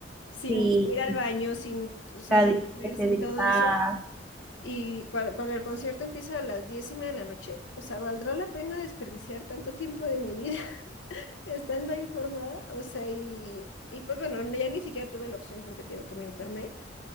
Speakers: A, on the left; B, in the centre.
A: sin
B: Sí,
A: ir al baño, sin, o sea,
B: está
A: sin
B: gri-
A: comer,
B: que se
A: sin
B: gritaba.
A: todo eso. Y cuando, cuando el concierto empieza a las diez y media de la noche, o sea, ¿valdrá la pena desperdiciar tanto tiempo de mi vida <laughs> estando ahí formada? O sea, y, y pues bueno, no- ya ni siquiera tuve la opción porque te digo que me enfermé,